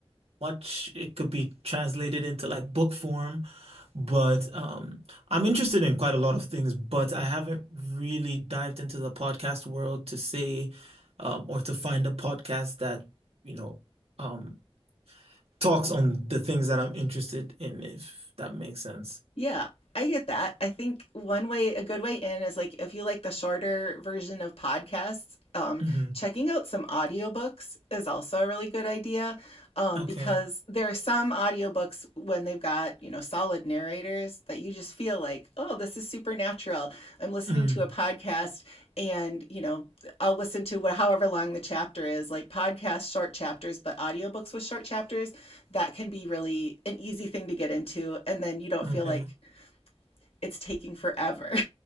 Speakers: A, on the right; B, on the left.
A: much it could be translated into like book form. But um I'm interested in quite a lot of things, but I haven't really dived into the podcast world to say um or to find a podcast that, you know, um talks on the things that I'm interested in, if that makes sense.
B: Yeah, I get that. I think one way, a good way in is like if you like the shorter version of podcasts, um,
A: Mm-hmm.
B: checking out some audiobooks is also a really good idea um,
A: Okay.
B: because there are some audiobooks when they've got, you know, solid narrators that you just feel like, oh, this is supernatural. I'm listening
A: Mm.
B: to a podcast and, you know, I'll listen to wh- however long the chapter is, like podcasts, short chapters, but audiobooks with short chapters, that can be really an easy thing to get into. And then you don't
A: Okay.
B: feel like,
A: <laughs>
B: it's taking forever.